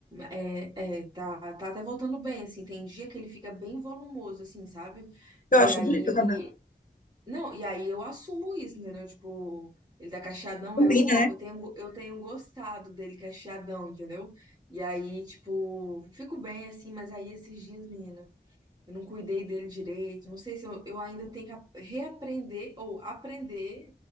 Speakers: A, on the right (about 25°); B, on the left (about 50°).
A: É, é, tá, tá até voltando bem, assim. Tem dia que ele fica bem volumoso, assim, sabe?
B: eu
A: E
B: acho
A: aí.
B: bonito o cabelo.
A: Não, e aí eu assumo isso, entendeu? Tipo, ele tá cacheadão,
B: Combina,
A: aí eu, go-
B: né?
A: eu tenho, go- eu tenho gostado dele cacheadão, entendeu? E aí, tipo, fico bem, assim, mas aí esses dias, menina. Eu não cuidei dele direito. Não sei se eu, eu ainda tenho que ap- reaprender ou aprender